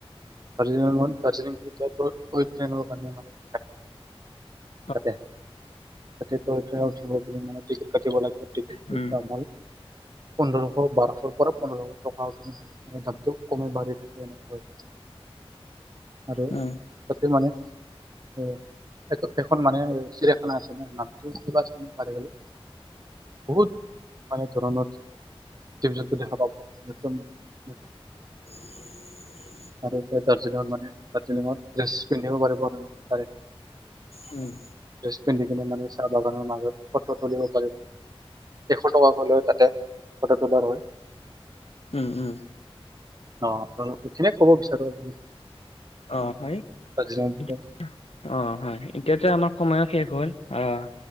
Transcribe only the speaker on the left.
<unintelligible>
উম
উম
<unintelligible>
উম,
উম, উম,
অ, হয়
ইতি অ, হয় এতিয়াতো আমাৰ সময়ো শেষ হ'ল, অহ